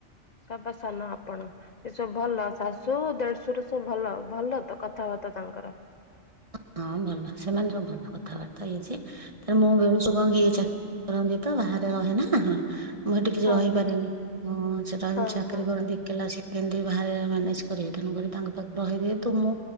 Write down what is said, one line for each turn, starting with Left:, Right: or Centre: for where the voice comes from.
Left: ସବା ସାନ ଆ ପଣ ଏ ସବୁ ଭଲ ଶାଶୁ ଦେଢଶୁର ସବୁ ଭଲ ଭଲ ତ କଥାବାର୍ତ୍ତା ତାଙ୍କର?
Right: ହଁ ଭଲ ସେମାନେ ସବୁ ଭଲ କଥାବାର୍ତ୍ତା ଇଏ ସିଏ। ତ ମୁଁ ବେଣୁସୁ କଣ କିଏ ଇଏ ଚାକିରି କରନ୍ତି ତ ବାହାରେ ରହେନା ହଁ। ମୁଁ ହେଠି କିଛି
Left: ହଁ
Right: ରହିପାରେନି
Left: ହଁ
Right: ହଁ ସେ ତ ଏମିତି
Left: ହଁ
Right: ଚାକିରି
Left: ହଁ
Right: କରନ୍ତି। କହିଲା ସେ କେମିତି ବାହାରେ ମ୍ୟାନେଜ କରିବେ ତେଣୁ ଘରେ ତାଙ୍କ ପାଖରେ ରହେ ଯେହୁତୁ ମୁଁ